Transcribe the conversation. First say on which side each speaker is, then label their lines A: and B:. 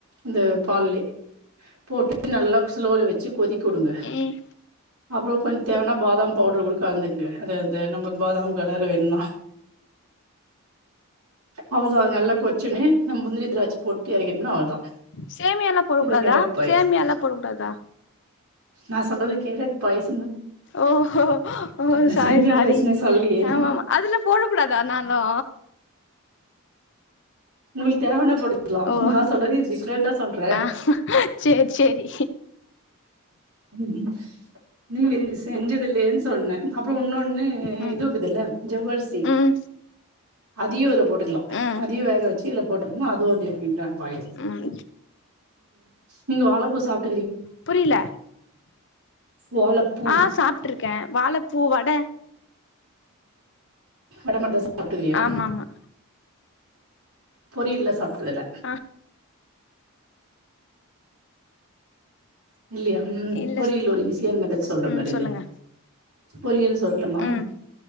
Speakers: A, on the right; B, on the left.
A: இந்த பால்லயே போட்டு நல்லா ஸ்லோல வச்சி நல்லா கொதிக்க வுடுங்க
B: ம்
A: அப்போ கொஞ்சோ தேவனா பாதாம் பவுடரு கூட கழந்துகுங்க அது அந்த நம்மக்கு பாதாம் கலற வேணுண்ணா அவ்ளதா அது நல்லா கொச்சன்னே நம் முந்திரி திராச்சு போட்டு இறக்கீட்டோனா அவ்ளோதா.
B: சேமியால்லா போட
A: இதா
B: கூடாதா?
A: கேரட் பாயசம்
B: சேமியால்லா போட கூடாதா?
A: நா சொல்றது கேரட் பாய்ச
B: ஓஹோ ஓ
A: நா
B: சாரி
A: சேமியா
B: சாரி
A: பாயஸ்னே சொல்லயே
B: ஆமாமா அதுல போடக்கூடாதா நா னா
A: உங்கள்க்கு தேவனப்படு த்லா
B: ஓ
A: நா சொல்றது டிஃப்ரெண்டா சொல்றே
B: ஆ சேரி சேரி
A: ம் நீ செஞ்சதில்லேன் சொ சொன்ன அப்புறோ உன்னொண்ணு
B: ம்
A: இது இக்குதுல்ல ஜவ்வர்சி
B: ம்
A: அதியோஅதுல போ ட்டுக்லா
B: ம்
A: அதயு வேக வச்சு இதுல போட்ரனு அது ஒரு டிஃப்ரண்டான பாயா
B: ம்
A: நீங்க வாழப்பூ சாப்
B: புரில
A: வாழப்பூ
B: ஆஹ் சாப்ட்டு இருக்க வாழப் ப்பூ வட
A: மேடம் மந்தா சாப்டதில்லியா?
B: ஆமாமா
A: பொரியல்லா சாப்ட்டதில.
B: ஆ
A: இல்லியா ம்
B: இல்ல
A: பொரியல் ஒரு ஈஸியான மெத்தட் சொல்ற
B: ம்
A: பாரு
B: சொல்லுங்க
A: இது பொரியல் சொல்டுமா?
B: ம்